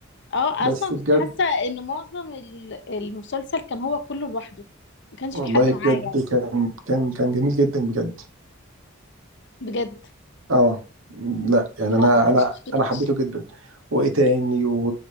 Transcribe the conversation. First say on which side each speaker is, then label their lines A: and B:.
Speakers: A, on the left; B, on the right.
A: اه
B: بس
A: اصلا كنت
B: بجد
A: حاسه ان معظم ال- المسلسل كان هو كله لوحده ما كانش
B: والله
A: في حد معاه
B: بجد
A: يعني
B: كان كان كان جميل جدا بجد
A: بجد
B: اه لا يعني
A: لا
B: انا
A: أنا ما
B: انا
A: شفتوش
B: انا حبيته جدا وايه تاني و...